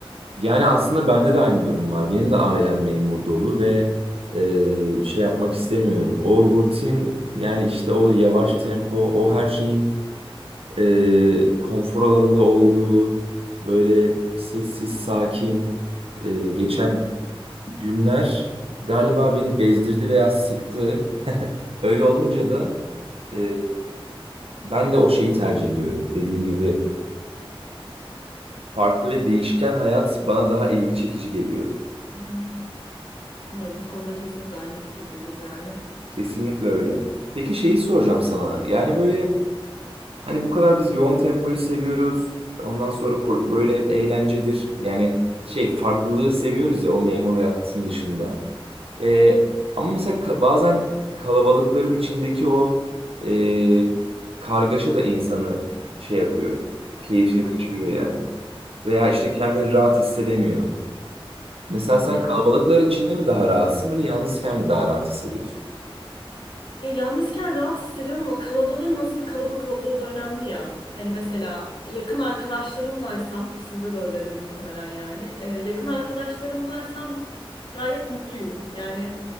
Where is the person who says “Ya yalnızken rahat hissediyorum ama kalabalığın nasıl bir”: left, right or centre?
Left